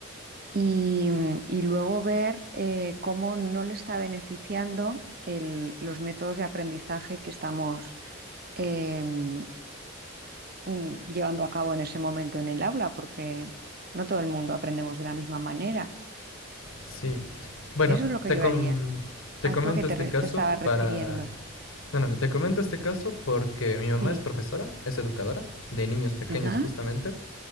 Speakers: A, on the right; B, on the left.
A: y, y luego ver eh, cómo no le está beneficiando el- los métodos de aprendizaje que estamos em, mm, llevando a cabo en ese momento en el aula, porque no todo el mundo aprendemos de la misma manera.
B: Sí, bueno,
A: Eso es lo que
B: te
A: yo
B: com-
A: haría.
B: te
A: ¿A
B: comento
A: tú a qué te,
B: este
A: re-
B: caso
A: te estabas refiriendo?
B: para No, no, no, te comento este caso porque mi
A: Sí.
B: mamá es profesora, es educadora de niños pequeños
A: Ajá.
B: justamente,